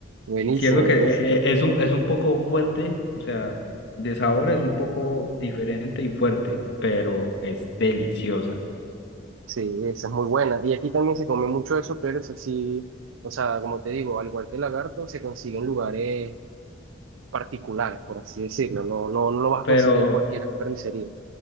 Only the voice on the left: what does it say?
Cierto que
eh, eh, es un, es un poco fuerte, o sea, de sabor es un poco diferente y fuerte, pero es deliciosa.
Pero